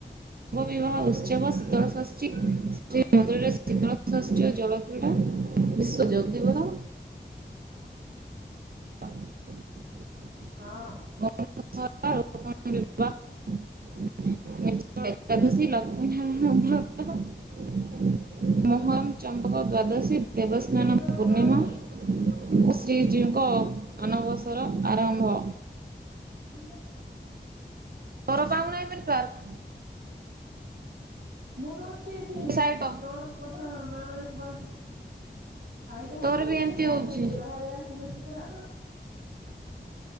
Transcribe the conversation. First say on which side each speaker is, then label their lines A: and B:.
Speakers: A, on the right (about 55°); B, on the right (about 85°).
A: ଶିବ ବିବାହ ଉତ୍ସବ ଶୀତଳ ଷଷ୍ଠୀ ଶ ମନ୍ଦିରରେ ଶୀତଳ ଷଷ୍ଠୀ ଓ ଜଳ ଟା ବିଶ୍ଵ ଯୋଗ ଦିବ <unintelligible>
B: ହଁ।
A: <unintelligible> ଏକାଦଶୀ, ଲକ୍ଷ୍ମୀ ନାରାୟଣବ୍ରତ ମହୋନ ଚମ୍ପକ ଦ୍ଵାଦଶୀ, ଦେବସ୍ନାନ
B: ନେଟୱାର୍କ
A: ପୂର୍ଣ୍ଣିମା
B: ପାଉନି
A: ଓ ଶ୍ରୀଜୀଉଙ୍କ ମାନବସର ଆରମ୍ଭ।
B: <unintelligible>
A: ତୋର ପାଉ ନାଇ ନେଟୱର୍କ?
B: ମୁଁ ତ ଅଛି ଏଠିି
A: ସାଇଟ
B: ତୋର କଥା ବେଳେ ବେଳେ ଶୁଭା ସାଇଡ ହୋଲେ
A: ତୋର ବି
B: ମାନେ
A: ଏମିତି
B: କୁଆଡେ
A: ହଉଛି
B: ସାଇଡ ବାହାରେ ଆସିକି ଅଛି ପରା।